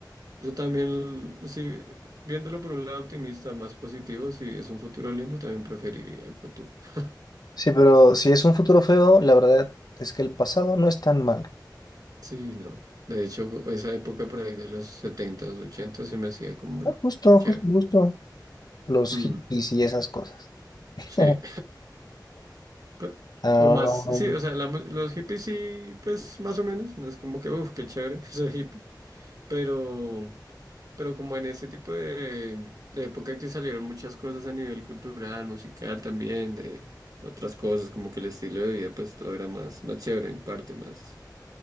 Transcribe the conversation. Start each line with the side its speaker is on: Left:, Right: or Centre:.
Right: Yo también, sí, viéndolo por un lado optimista, más positivo, si es un futuro lindo, también preferiría el futuro. <laughs>
Left: Sí, pero si es un futuro feo, la verdad es que el pasado no es tan malo.
Right: Sí, no. De hecho, co- esa época por ahí de los setentas ochentas se me hacía como
Left: Ah, Justo,
Right: chévere.
Left: justo, justo. Los
Right: Mm,
Left: hippies y esas cosas. <laughs>
Right: sí. <laughs> Pe-
Left: Am,
Right: O más, sí, o sea, la mu- los hippies sí, pues más o menos, no es como que, uff, qué chévere <laughs> ser hippie, pero, pero como en ese tipo de, de época que salieron muchas cosas a nivel cultural, musical también, de otras cosas, como que el estilo de vida, pues todo era más, más chévere en parte, más,